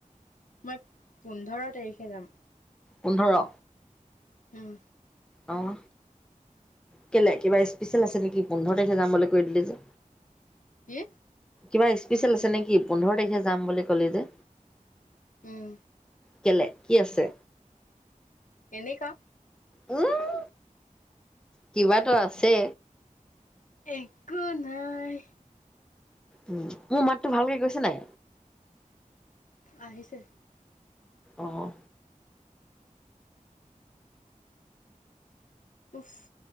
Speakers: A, on the left; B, in the centre.
A: মই পোন্ধৰ তাৰিখে যাম।
B: পোন্ধৰ।
A: উম।
B: অহ। কেলে কিবা স্পেচিয়েল আছে নেকি? পোন্ধৰ তাৰিখে যাম বুলি কৈ দিলি যে?
A: কি?
B: কিবা স্পিচিয়েল আছে নেকি পোন্ধৰ তাৰিখে যাম বুলি কলি যে?
A: উম।
B: কেলে কি আছে?
A: এনেকুৱা
B: উম কিবা ত আছে।
A: একো নাই।
B: উ মো মাতটো ভালকে গৈছে নাই?
A: আহিছে।
B: অহ।
A: উফ